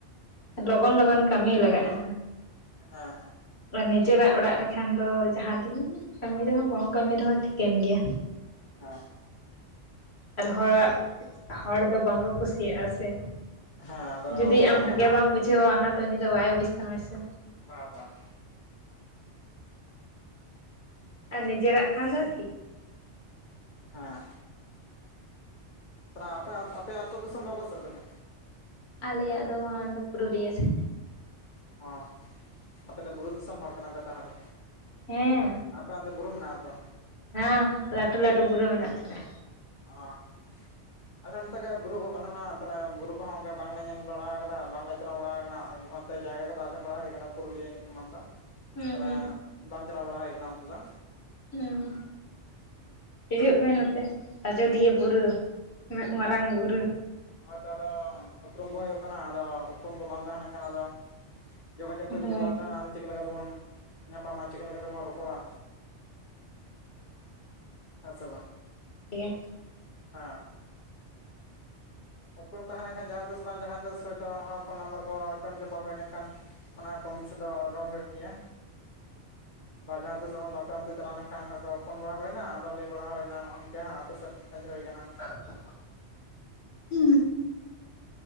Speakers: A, on the left; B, on the left.
A: ᱞᱚᱜᱚᱱ ᱞᱚᱜᱚᱱ ᱠᱟᱹᱢᱤ ᱞᱟᱜᱟᱜᱼᱟ᱾
B: ᱦᱮᱸ ᱦᱮᱸ
A: ᱟᱨ ᱱᱤᱡᱮᱨᱟᱜ ᱚᱲᱟᱜ ᱨᱮᱠᱷᱟᱱ ᱫᱚ ᱡᱟᱦᱟᱸ ᱛᱤᱱᱟᱹᱜ ᱠᱟᱹᱢᱤ ᱨᱮᱦᱚᱸ ᱵᱟᱢ ᱠᱟᱹᱢᱤ ᱨᱮᱦᱚᱸ ᱴᱷᱤᱠᱟᱹᱱ ᱜᱮᱭᱟ᱾
B: ᱦᱮᱸ
A: ᱟᱨ ᱦᱚᱲᱟᱜ ᱦᱚᱲ ᱫᱚ ᱵᱟᱝᱠᱚ ᱠᱩᱥᱤᱭᱟᱜᱼᱟ ᱥᱮ
B: ᱦᱮᱸ ᱟᱫᱚ
A: ᱡᱩᱫᱤ
B: ᱢᱟᱱᱮ
A: ᱟᱢ ᱵᱷᱟᱜᱮ ᱵᱟᱢ ᱵᱩᱡᱷᱟᱹᱣᱟ ᱚᱱᱟ ᱫᱚ ᱩᱱᱤ ᱫᱚ ᱵᱟᱭ ᱵᱩᱡ ᱛᱟᱢᱟᱭ ᱥᱮ
B: ᱵᱟ ᱵᱟᱦᱼᱼ
A: ᱟᱨ ᱱᱤᱡᱮᱨᱟᱜ ᱠᱷᱟᱱ ᱫᱚ ᱴᱷᱤᱠᱼᱼ
B: ᱦᱮᱸ ᱯᱮᱲᱟ ᱟᱯᱮ ᱟᱯᱮ ᱟᱛᱳ ᱫᱚ ᱫᱤᱥᱚᱢ ᱚᱠᱟᱥᱮᱫ ᱛᱟᱯᱮ?
A: ᱟᱞᱮᱭᱟᱜ ᱫᱚ ᱯᱩᱨᱩᱞᱤᱭᱟᱹ ᱥᱮᱫ
B: ᱚᱸ ᱟᱯᱮ ᱫᱚ ᱵᱩᱨᱩ ᱫᱤᱥᱚᱢ ᱦᱚᱲ ᱠᱟᱱᱟ ᱯᱮ ᱛᱟᱦᱚᱞᱮ?
A: ᱦᱮᱸ
B: ᱟᱯᱮ ᱚᱱᱛᱮ ᱵᱩᱨᱩ ᱢᱮᱱᱟᱜᱼᱟ ᱛᱚ?
A: ᱦᱮᱸ ᱞᱟᱹᱴᱩ ᱞᱟᱹᱴᱩ ᱵᱩᱨᱩ ᱢᱮᱱᱟᱜ ᱛᱟᱞᱮ᱾
B: ᱚᱸ ᱟᱞᱮ ᱚᱱᱛᱮ ᱜᱮ ᱵᱩᱨᱩ ᱠᱚ ᱵᱟᱹᱱᱩᱜ-ᱟ ᱛᱟᱦᱚᱞᱮ ᱵᱩᱨᱩ ᱠᱚᱦᱚᱸ ᱚᱱᱠᱟ ᱵᱟᱝᱞᱮ ᱧᱮᱞ ᱵᱟᱲᱟ ᱟᱠᱟᱫᱟ ᱵᱟᱝᱞᱮ ᱪᱟᱞᱟᱣ ᱵᱟᱲᱟ ᱟᱠᱟᱱᱟᱼᱼ ᱚᱱᱛᱮ ᱡᱟᱭᱜᱟ ᱠᱚᱫᱚ ᱟᱸᱡᱚᱢ ᱵᱟᱲᱟ ᱦᱩᱭ ᱟᱠᱟᱱᱟ ᱯᱩᱨᱩᱞᱤᱭᱟᱹ ᱧᱩᱛᱩᱢᱟᱱ ᱫᱚ
A: ᱦᱩᱸ
B: ᱛᱚᱵᱮ
A: ᱦᱩᱸ
B: ᱵᱟᱝ ᱪᱟᱞᱟᱣ ᱵᱟᱲᱟ ᱦᱩᱭ ᱟᱠᱟᱱᱟ ᱚᱱᱛᱮ ᱫᱚ,
A: ᱦᱩᱸᱢ ᱦᱤᱡᱩᱜ ᱯᱮ ᱱᱚᱛᱮ ᱟᱡᱚᱫᱤᱭᱟᱹ ᱵᱩᱨᱩᱼᱼ ᱩᱱᱟᱹᱜ ᱢᱟᱨᱟᱝ ᱵᱩᱨᱩ,
B: ᱦᱳᱭᱛᱚ ᱟᱫᱚ ᱩᱯᱨᱩᱢ ᱠᱚᱦᱚᱸ ᱦᱩᱭᱩᱜ ᱠᱟᱱᱟ ᱟᱫᱚ ᱩᱯᱨᱩᱢ ᱠᱚ ᱵᱟᱝ ᱛᱟᱦᱮᱸ ᱞᱮᱱᱠᱷᱟᱱ ᱟᱫᱚᱼᱼ ᱡᱳᱜᱟ ᱡᱳᱜᱽ ᱠᱚ
A: ᱦᱳᱭ
B: ᱡᱩᱫᱤ ᱵᱟᱝ ᱛᱟᱦᱮᱱᱟ ᱟᱫᱚ ᱪᱤᱠᱟ ᱞᱮᱠᱟᱛᱮᱵᱚᱱ ᱧᱟᱯᱟᱢᱟ ᱪᱤᱠᱟᱹ ᱞᱮᱠᱟᱛᱮᱵᱚᱱ ᱨᱚᱯᱚᱲᱟ? ᱦᱮᱥᱮ ᱵᱟᱝ?
A: ᱴᱷᱤᱠ ᱜᱮᱼᱼ
B: ᱦᱮᱸ ᱩᱯᱨᱩᱢ ᱛᱟᱦᱮᱸ ᱞᱮᱱᱠᱷᱟᱱ ᱡᱟᱦᱟᱸ ᱛᱤᱥ ᱵᱟᱝ ᱡᱟᱦᱟᱸ ᱛᱤᱥ ᱦᱚᱭᱛᱳ ᱱᱚᱜᱚᱭ ᱯᱷᱳᱱ ᱱᱟᱢᱵᱟᱨ ᱠᱚ ᱮᱯᱮᱢ ᱪᱟᱯᱟᱞ ᱦᱩᱭ ᱞᱮᱱ ᱠᱷᱟᱱᱼᱼ ᱚᱱᱟ ᱠᱚᱢ ᱵᱤᱥᱤ ᱫᱚ ᱨᱚᱲ ᱦᱩᱭᱩᱜ ᱜᱮᱭᱟ? ᱡᱟᱦᱟᱸᱛᱤᱥ ᱦᱚᱸ ᱟᱯᱮ ᱚᱱᱛᱮ ᱪᱟᱞᱟᱣ ᱞᱮᱱᱠᱷᱟᱱ ᱯᱷᱳᱱ ᱵᱟᱲᱟ ᱦᱩᱭᱱᱟ? ᱞᱟᱹᱭ ᱵᱟᱲᱟ ᱦᱩᱭᱱᱟ ᱱᱚᱜ -ᱚ ᱱᱤᱝᱠᱟ ᱟᱯᱮᱥᱮᱫ ᱦᱮᱡ ᱦᱩᱭ ᱠᱟᱱᱟ?
A: <inaudible>